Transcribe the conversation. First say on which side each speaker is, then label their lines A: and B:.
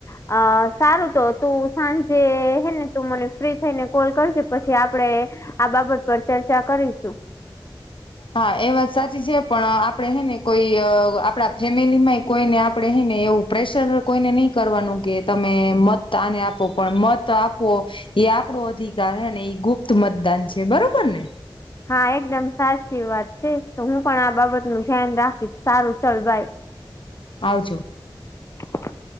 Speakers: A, on the left; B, on the left.
A: અ સારું તો તું સાંજે હે ને તું મને ફ્રી થઈને કોલ કરજે પછી આપડે. આ બાબત પર ચર્ચા કરીશું.
B: હા એ વાત સાચી છે, પણ આપડણે હે ને કોઈ આપણા ફેમિલી માંય કોઈ ને આપડણે હે ને એવું. પ્રેશર કોઈને નહીં કરવાનું કે તમે મત આને આપો પણ મત આપો. એ આપણો અધિકાર હે ને એ ગુપ્ત મતદાન છે બરોબર ને.
A: હા એકદમ સાચી વાત છે હું પણ આ બાબત નું ધ્યાન રાખીશ સારું ચાલ બાય.
B: આવજો.
A: <unintelligible>